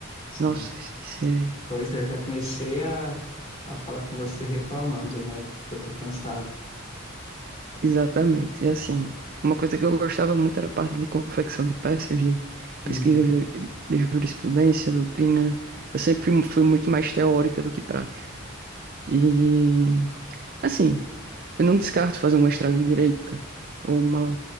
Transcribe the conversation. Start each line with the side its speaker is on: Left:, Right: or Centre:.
Left: Sim.
Right: Nossa, isso é.
Left: Pois é, eu já comecei a, a falar com você reclamando, né, que eu tô cansado.
Right: Exatamente. E assim, uma coisa que eu gostava muito era a parte de confecção de peças, de pesquisa
Left: Uhum,
Right: de de jurisprudência, doutrina. Eu sempre mu- fui muito mais teórica do que prática. E, assim, eu não descarto fazer um mestrado em direito ou uma,